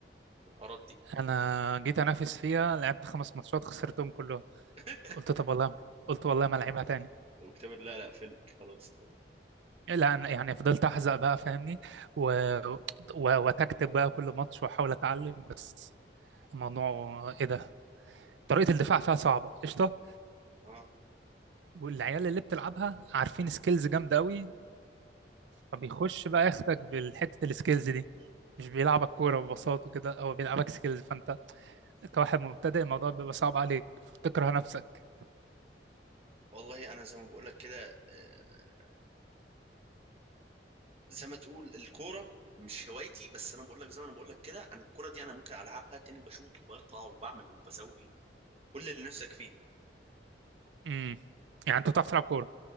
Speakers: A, on the right; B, on the right.
A: في الحوارات دي
B: انا جيت انافس فيها لعبت خمس ماتشات خسرتهم كلهم
A: <laughs>
B: قلت طب والله قلت والله ما العبها تاني
A: وكتاب لا لا فلك خلاص
B: لا أنا يعني فضلت احزق بقى فاهمني و... و... وتكتب بقى كل ماتش واحاول اتعلم بس الموضوع ايه ده طريقه الدفاع فيها صعبه قشطه
A: اه
B: والعيال اللي بتلعبها عارفين سكيلز جامده قوي فبيخش بقى ياخدك بالحتة السكيلز دي مش بيلعبك كورة ببساطة كده هو بيلعبك سكيلز فأنت كواحد مبتدئ الموضوع بيبقى صعب عليك فتكره نفسك
A: والله انا زي ما بقول لك كده آه، زي ما تقول الكوره مش هوايتي بس انا بقول لك زي ما انا بقول لك كده انا الكوره دي انا ممكن العبها تاني بشوط وبرفع وبعمل وبسوي كل اللي نفسك فيه
B: امم يعني أنت بتعرف تلعب كورة